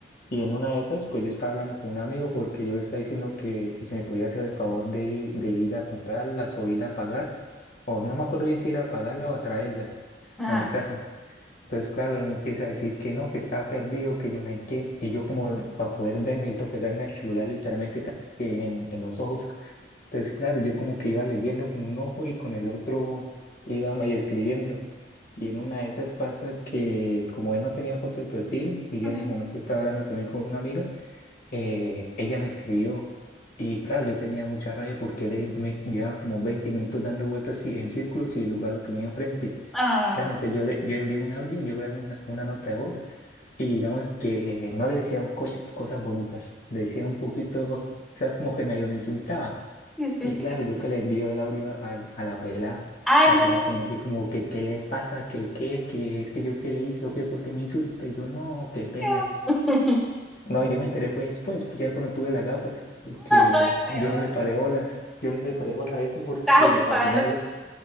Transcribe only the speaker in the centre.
Ajá.
Ujú.
Ah,
<laughs> sí, sí,
sí.
Ay,
no.
Dios. <laughs>
Ay, peor.
Estás ocupado
en lo tuyo.